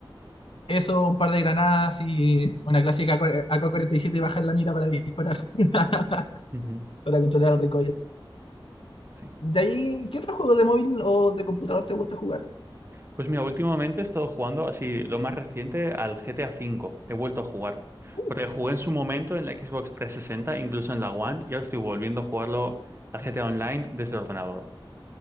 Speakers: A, on the left; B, on the right.
A: Eso, un par de granadas y una clásica ak cuarenta y siete y bajar la mira para disparar, <laughs>
B: Ujú.
A: para controlar el recoil.
B: Sí.
A: De ahí, ¿qué otro juego de móvil o de computador te gusta jugar?
B: Pues mira, últimamente he estado jugando así lo más reciente al GTA V. He vuelto a jugar.
A: Uh,
B: Porque jugué en su momento en la Xbox 360, incluso en la One, y ahora estoy volviendo a jugarlo al GTA Online desde el ordenador.